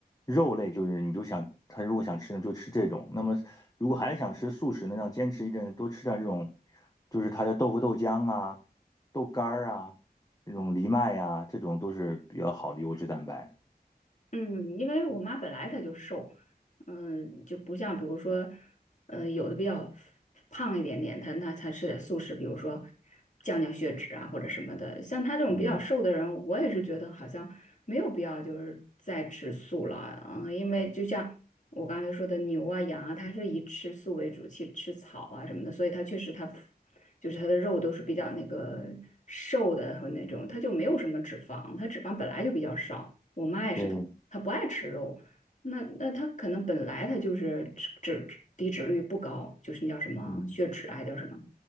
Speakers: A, on the left; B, on the left.
A: 肉类就是你就想他如果想吃呢就吃这种，那么如果还是想吃素食呢，让坚持一阵多吃点这种，就是他的豆腐、豆浆啊、豆干儿啊、这种藜麦啊，这种都是比较好的优质蛋白。
B: 嗯，因为我妈本来她就瘦，嗯，就不像比如说，呃，有的比较胖一点点，她那她吃点素食，比如说降降血脂啊或者什么的。像她这种比较瘦的人，
A: 嗯，
B: 我也是觉得好像没有必要就是再吃素了啊，嗯，因为就像我刚才说的牛啊羊啊，它是以吃素为主，去吃草啊什么的，所以它确实它就是它的肉都是比较那个瘦的和那种，它就没有什么脂肪，它脂肪本来就比较少。我妈也是，
A: 对，
B: 她她不爱吃肉，那那她可能本来她就是脂脂低脂率不高，就是那叫什么血脂啊，
A: 嗯
B: 还叫什么，